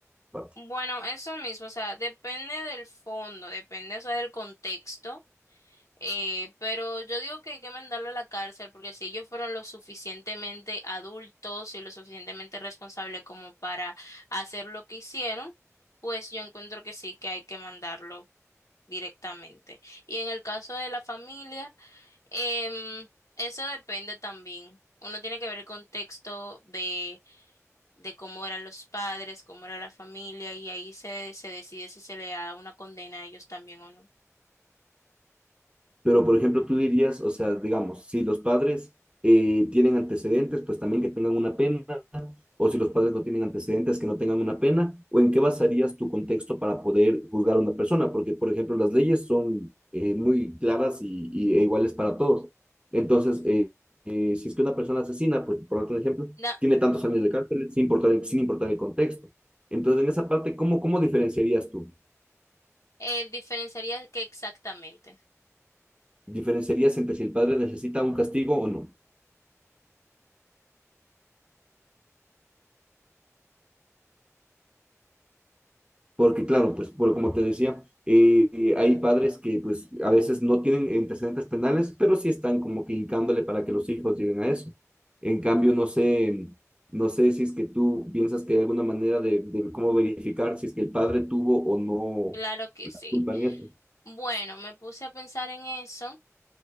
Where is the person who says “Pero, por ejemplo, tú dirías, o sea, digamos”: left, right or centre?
Right